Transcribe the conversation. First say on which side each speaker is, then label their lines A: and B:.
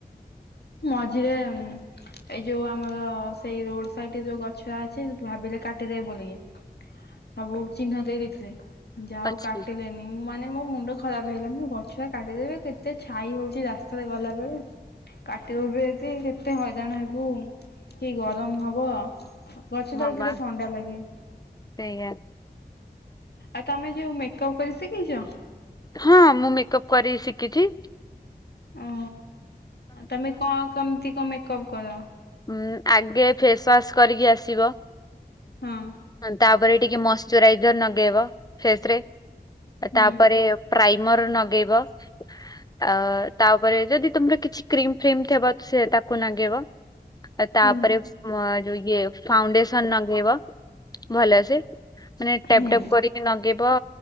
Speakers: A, on the left; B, on the left.
A: ମଝିରେ ଏଇ ଯୋଉ ଆମର ସେଇ ରୋଡ ସାଇଡ ରେ ଯୋଉ ଗଛ ଅଛି, ଭାବିଲେ କାଟିଦେବେ ବୋଲିକି। ସବୁ ଚିହ୍ନ ଦେଇ ଦେଇଥିଲେ। ଯାହା ହଉ
B: ଅଛି
A: କାଟିଲେନି। ମାନେ ମୋ ମୁଣ୍ଡ ଖରାପ ହେଇଗଲା। ମୁଁ ଗଛଆ କାଟିଦେବେ କେତେ ଛାଇ ହଉଛି ରାସ୍ତାରେ ଗଲାବେେଳେ। କାଟିଦେବେ ଯଦି କେତେ ହଇରାଣ ହେବୁ କି ଗରମ ହବ। ଗଛତଳ
B: ହଁ ବା
A: କେତେ ଥଣ୍ଡା ଲାଗେ।
B: ସେଇଆ
A: ଆଉ ତମେ ଯେଉ ମେକଅପ କରି ଶିଖିଛ?
B: ହଁ ମୁଁ ମେକଅପ କରି ଶିଖିଛି।
A: ଓ ତମେ କଣ କେମିତି କଣ ମେକଅପ କର?
B: ହଁ ଆଗେ ଫେସ ୱାସ କରିକି ଆସିବ।
A: ହଁ
B: ତାପରେ ଟିକେ ମଇଶ୍ଚରାଇଜର ଲଗେଇବ ଫେସ ରେ।
A: ହୁଁ
B: ତାପରେ ପ୍ରାଇମର ନଗେଇବ। ଆ ତାପରେ ଯଦି ତମର କିଛି କ୍ରିମ ଫ୍ରିମ ସେ ତାକୁ ଲଗେଇବ। ତାପରେ
A: ହୁଁ
B: ଯଉ ଇଏ ଫାଉଣ୍ଡେଶନ ଲଗେଇବ ଭଲସେ। ମାନେ ଟପ
A: ହୁଁ
B: ଟ କରିକି ନଗେଇ ବ